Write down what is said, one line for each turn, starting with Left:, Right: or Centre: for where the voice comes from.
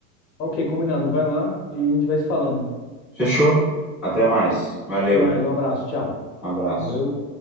Left: Ok, combinado. Vai lá e a gente vai se falando.
Centre: Fechou? Até mais. Valeu.
Left: Até mais, um abraço, tchau.
Centre: Um abraço.
Left: Valeu.